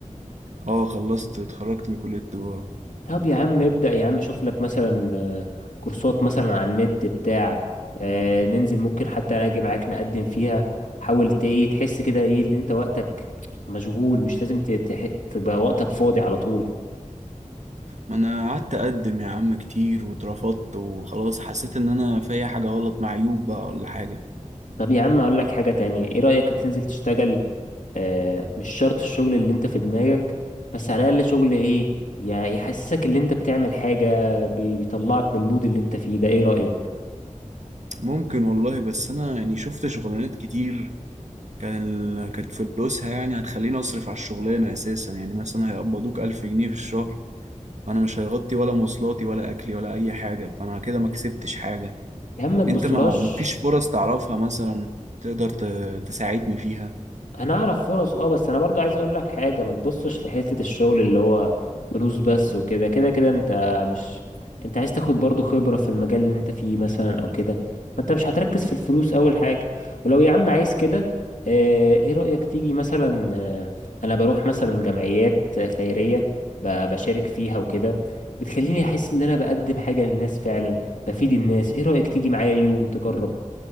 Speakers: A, on the right; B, on the left.
A: اه خلصت اتخرجت من كلية التجارة
B: طب يا عم ابدأ يا عم شوف لك مثلا آه، كورسات مثلا على النت بتاع آه، ننزل ممكن حتى انا اجي معاك نقدم فيها حاول ت- ايه تحس كده ايه اللي انت وقتك مشغول مش لازم ت- تح- تبقى وقتك فاضي على طول
A: ما انا قعدت اقدم يا عم كتير واترفضت وخلاص حسيت ان انا في أي حاجة غلط مع عيوب بقى ولا حاجة
B: طب يا عم اقول لك حاجة تانية ايه رأيك تنزل تشتغل آه، مش شرط الشغل اللي انت في دماغك بس على الاقل شغل ايه يع- يحسسك ان انت بتعمل حاجة بي- بيطلعك من المود اللي انت فيه ده ايه رأيك
A: ممكن والله بس انا يعني شفت شغلانات كتير كان ال- كانت فلوسها يعني هتخليني اصرف على الشغلانة اساسا يعني مثلا هيقبضوك 1000 جنيه في الشهر وانا مش هيغطي ولا مواصلاتي ولا اكلي ولا اي حاجة فانا كده ما كسبتش حاجة
B: يا عم ما تبصلهاش
A: انت ما مفيش فرص تعرفها مثلا تقدر ت- تساعدني فيها
B: انا اعرف فرص اه بس انا برضو عايز اقول لك حاجه ما تبصش لحته الشغل اللي هو فلوس بس وكده كده كده انت مش انت عايز تاخد برضو خبره في المجال اللي انت فيه مثلا او كده فانت مش هتركز في الفلوس اول حاجه ولو يا عم عايز كده آه، ايه رايك تيجي مثلا آه، انا بروح مثلا جمعيات خيريه ب- بشارك فيها وكده بتخليني احس ان انا بقدم حاجه للناس فعلا بفيد الناس ايه رايك تيجي معايا يوم تجرب